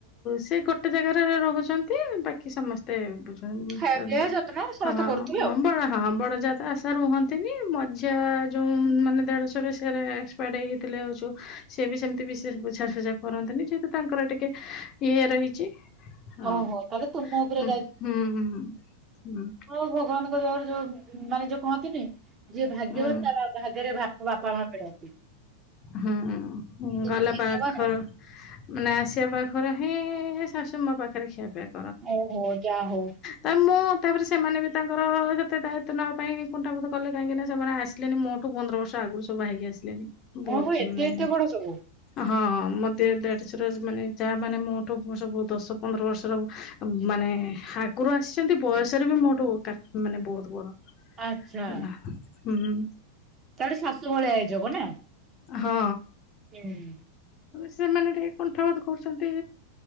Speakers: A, on the left; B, on the right.
A: ସେ ଗୋଟେ ଜାଗାରେ ରହୁଚନ୍ତି ବାକି ସମ ସ୍ତ ବୁଝୁଚନ୍ତି
B: ଖାଇବା ପିଇବା ଯତ୍ନ ସମସ୍ତେ
A: ହଁ ହଁ
B: କରୁଥିବେ
A: ହଁ
B: ଆଉ
A: ବଡ ହଁ ବଡ ଜା ସେ ଆଶା ରୁହନ୍ତିନି ମଝିଆ ଯୋଉ ମାନେ ଦେଢୁଶୂର ସିଆରେ ଏକ୍ସପାଡ୍ ହେଇଯାଇଥିଲେ ଯୋଉ ସିଏ ବି ସେମିତି ବିଶେଷ ବୁଝାସୁଝା କରନ୍ତିନି ଯେହେତୁ ତାଙ୍କର ଟିକେ ଇଏ ରହିଚି ହଁ
B: ଓହୋ ତାହେଲେ ତୁମ ଉପରେ
A: ହୁଁ ହୁଁ ହୁଁ ହୁଁ।
B: ହୋଉ ଭଗବାନଙ୍କ ଦୟାରୁ ଯୋଉ ମାନେ ଯୋଉ କହନ୍ତିନି ଯିଏ ଭାଗ୍ୟବାନ
A: ଉଁ
B: ତାର ଭାଗ୍ଯରେ ଭାପ୍ ବାପା ମା ମିଳନ୍ତି।
A: ହୁଁ ହୁଁ
B: କିନ୍ତୁ
A: ଗଲା
B: ତୁ ଭାଗ୍ୟବାନ
A: ପାଖ ନାଁ ସିଏ ପାଖରେ ହିଁ ଏ ଶାଶୁ ମୋ ପାଖରେ ଖିଆପାଆ
B: ଓହୋ ଯାହା ହୋଉ।
A: ତା ମୁଁ ତାପରେ ସେମାନେ ବି ତାଙ୍କର ସେତେ ଦାୟିତ୍ୱ ନବା ପାଇଁ କୁଣ୍ଠାବୋଧ କଲେ କାହିଁକି ନା ସେମାନେ ଆସିଲେନି। ମୋ ଠୁ ପନ୍ଦର ବର୍ଷ ଆଗରୁ ସବୁ ବାହା ହେଇକି ଆସିଲେଣି ବୋହୁତ
B: ଓହୋ
A: ସେମାନେ
B: ଏତେ ଏତେ ବଡ ସବୁ
A: ହଁ ମୋ ଦେ ଦେଢୁଶୂର ଯୋଉ ମାନେ ଜା ମାନେ ମୋଠୁ ସବୁ ଦଶ ପନ୍ଦର ବର୍ଷ ସବୁ ମାନେ ଆଗରୁ ଆସିଚନ୍ତି। ବୟସରେ ବି ମୋଠୁ କା ମାନେ ବୋହୁତ ବଡ
B: ଆଚ୍ଛା
A: ହେଲା ହୁଁ।
B: ତାହେଲେ ଶାଶୁ ଭଳିଆ ହେଇଯିବ ନା।
A: ହଁ।
B: ହୁଁ।
A: ସେମାନେ ଟିକେ କୁଣ୍ଠାବୋଧ କରୁଚନ୍ତି।